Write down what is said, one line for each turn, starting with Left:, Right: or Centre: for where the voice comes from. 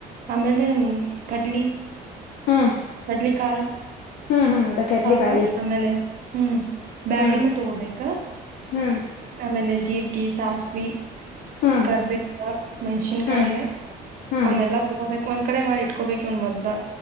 Right: ಆಮೇಲೆ ಕಡ್ಲಿ
Left: ಹ್ಮ್
Right: ಕಡ್ಲಿ ಕಾಳ
Left: ಹ್ಮ್ ಹ್ಮ್ ಅದ ಕಡ್ಲಿ
Right: ಅವಾ
Left: ಬ್ಯಾಳಿ
Right: ಆಮೇಲೆ ಹ್ಮ್ ಬ್ಯಾಳಿನೂ
Left: ಹ್ಮ್
Right: ತಗೋಬೇಕ
Left: ಹ್ಮ್
Right: ಆಮೇಲೆ ಜೀರ್ಗಿ ಸಾಸವಿ
Left: ಹ್ಮ್
Right: ಕರ್ಬೇ ಮೆಣ್ಸಿನ್ಕಾಯಿ
Left: ಹ್ಮ್ ಹ್ಮ್
Right: ಅವನೆಲ್ಲಾ ತಗೋಬೇಕು ಅಂತ ಕಟ ಮಾಡಿ ಇಟ್ಕೊಬೇಕು ಇವ್ನ್ ಮೊದ್ಲು